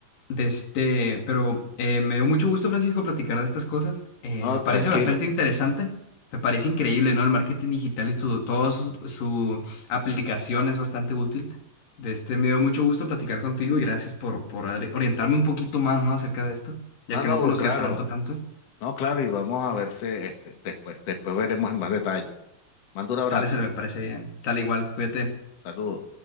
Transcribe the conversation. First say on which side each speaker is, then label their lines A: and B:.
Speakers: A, on the left; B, on the left.
A: De este, pero eh, me dio mucho gusto, Francisco, platicar de estas cosas. Eh,
B: no,
A: me parece
B: tranquilo.
A: bastante interesante. Me parece increíble, ¿no? El marketing digital y tu- todo su, su aplicación es bastante útil. De este, me dio mucho gusto platicar contigo y gracias por, por ori- orientarme un poquito más, ¿no? Acerca de esto, ya
B: No,
A: que
B: no,
A: no conocía
B: pues claro.
A: tanto, tanto.
B: No, claro, y vamos a verse este, después, después veremos en más detalle. Mando un abrazo.
A: Sale, se me parece bien. Sale igual, cuídate.
B: Saludos.